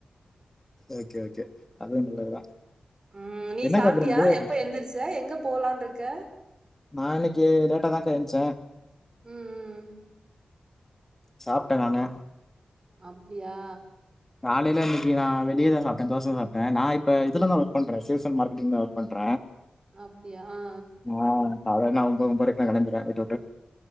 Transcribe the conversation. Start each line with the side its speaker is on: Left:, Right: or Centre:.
Left: ஓகே ஓகே அதுவும் நல்லதுதான்.
Right: ம் நீ
Left: என்னக்கா
Right: சாப்ட்டியா
Left: விருந்து?
Right: எப்ப எந்தருச்ச எங்க போலான் இருக்க
Left: நான் இன்னைக்கு லேட்டா தான் கா என்ச்சே
Right: ம் ம்
Left: சாப்ட்ட நானு
Right: அப்டியா
Left: காலையில இன்னைக்கு நான் வெளி தா சாப்ட்ட தோச சாப்ட நான் இப்போ இதில தான் ஒர்க் பன்ற <unintelligible> மார்கெட்டிங் ஒர்க் பண்ற
Right: அப்டியா ஆ
Left: ஆ கால நான் ஒம்ப ஒம்பத்ரை க்கு கிளம்பிருவ வீட்ட விட்டுட்டு